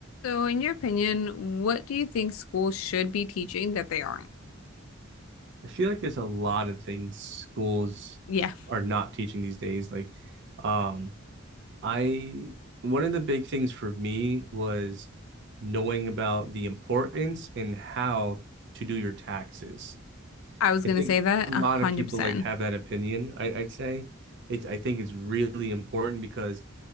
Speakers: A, on the left; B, on the right.
A: So, in your opinion, what do you think schools should be teaching that they aren't?
B: I feel like there's a lot of things schools
A: Yeah,
B: are not teaching these days. Like, um, I one of the big things for me was knowing about the importance and how to do your taxes.
A: I was gonna
B: I think
A: say that
B: a lot
A: a hundred
B: of people
A: percent.
B: like have that opinion. I, I'd say it's I think it's really important because